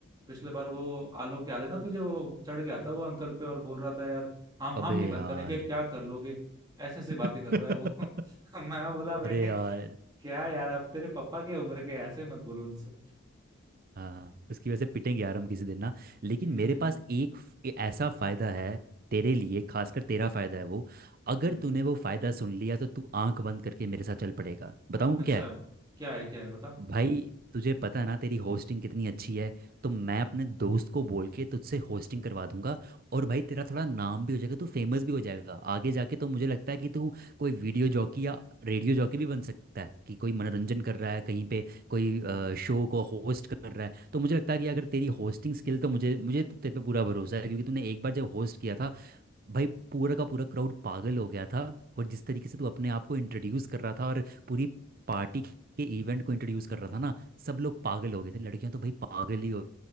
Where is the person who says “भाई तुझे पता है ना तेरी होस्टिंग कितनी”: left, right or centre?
Right